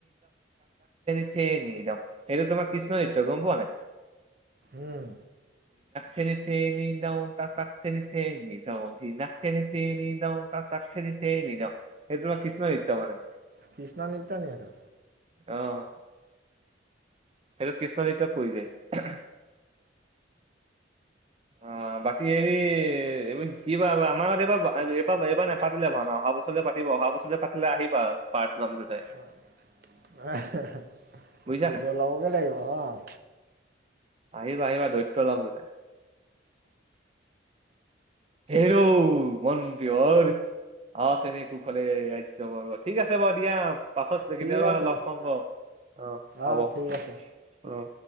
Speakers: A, on the right; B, on the right.
A: যে <unintelligible> সেইটো তোমাৰ কৃষ্ণ নিত্য গম পোৱা নাই?
B: উম
A: থেনি থেনি দাও তাক তাক থেনি থেনি দাও, ধিনাক থেনি থেনি দাও তাতাক ঠেনি দাও, সেইটো তোমাৰ কৃষ্ণ নৃত্য মানে।
B: কৃষ্ণা নিত্য নেকি সেইটো?
A: অহ। সেইটো কৃষ্ণ নৃত্যত পৰি যায়। অ বাকী হেৰি এইবাৰ <unintelligible> আমাৰ এইবাৰ এইবাৰ এইবাৰ নেপাতিলে ভাওনা অহা বছৰলে পাতিব অহা বছৰ পাতিলে আহিবা পাৰ্ট লম দুটাই
B: <unintelligible>
A: বুজিছা
B: ওজলাবগে
A: নাই
B: লাগিব অ।
A: আহিবা আহিবা দৈত্য লম দুটাই। হেৰ' মন্দৰ অ চেনী কুখলে <unintelligible> ঠিক আছে বাৰু দিয়া। পাছত
B: ঠিক
A: কেতিয়াবা
B: আছে
A: লগ পাম বাৰু অ
B: অ
A: হব অ।
B: ঠিক আছে